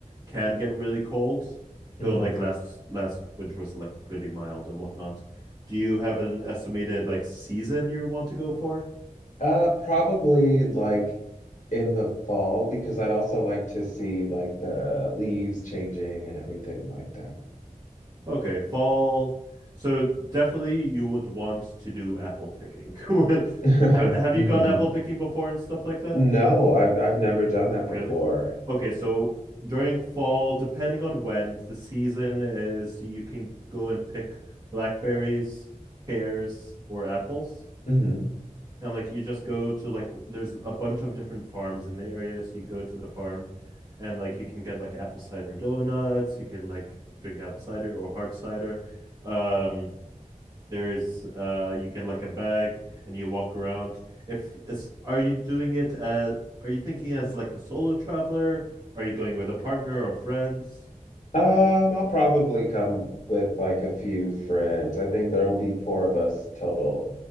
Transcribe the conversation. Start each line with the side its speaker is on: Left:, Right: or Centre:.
Right: can get really cold,
Left: Mm-hmm.
Right: though like last last winter was like pretty mild and whatnot. Do you have an estimated like season you want to go for?
Left: Uh, probably like in the fall because I'd also like to see like the leaves changing and everything like
Right: Okay, fall. So definitely you would want to do apple picking. <laughs>
Left: that.
Right: Have have
Left: <laughs> hmm
Right: you gone apple picking before and stuff like that?
Left: No, I've I've never done that
Right: Really?
Left: before.
Right: Okay, so during fall, depending on when the season is, you can go and pick blackberries, pears, or apples.
Left: hmm
Right: And like you just go to like w- there's a bunch of different farms in the area, so you go to the farm and like you can get like apple cider donuts, you can like drink apple cider or hard cider. Um there's uh you get like a bag and you walk around. If is are you doing it as are you thinking as like a solo traveler? Are you going with a partner or friends?
Left: Um, I'll probably come with like a few friends. I think there will be four of us total.